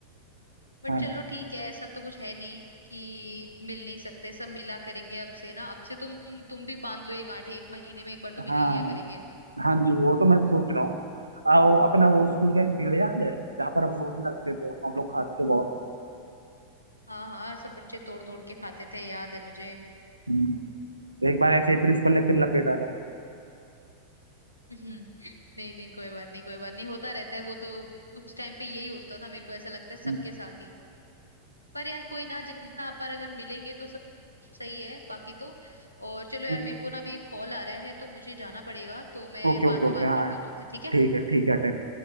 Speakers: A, on the left; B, on the right.
A: बट
B: हैं हाँ
A: चलो ठीक है ऐसा तो कुछ है नहीं कि मिल नहीं सकते सब मिला करेंगे अब से ना अब से तुम तुम भी बांध लो ये गांठें एक महीने में एक बार तो मिल
B: हाँ
A: ही लिया करेंगे
B: हाँ जी वो तो मैं सोच रहा हूँ आ, वो अपना वो स्कूल का एक पेड़ याद है जहाँ पर हम रोड लगते थे हम लोग खाते थे बहुत
A: हाँ हाँ सब बच्चे तोड़ तोड़ के खाते थे याद है मुझे
B: हम्म। एक बार ऐसे ही प्रिंसिपल ने फिर लपेटा था
A: <laughs> हम्म, नहीं नहीं कोई बात नहीं कोई बात नहीं होता रहता है वो तो उस टाइम पे यही होता था मेरे को ऐसा लगता है सबके
B: हम्म।
A: साथ ही पर यार कोई ना जितना अपन अगर मिलेंगे तो सब सही है बाकी तो और चलो यार
B: हम्म।
A: मेरे को ना अभी एक कॉल आ रहा है तो मुझे जाना पड़ेगा तो मैं
B: Okay
A: बाद
B: okay
A: में
B: okay
A: बात
B: हाँ
A: करती हूँ तुमसे ठीक है
B: ठीक है ठीक है अटेंड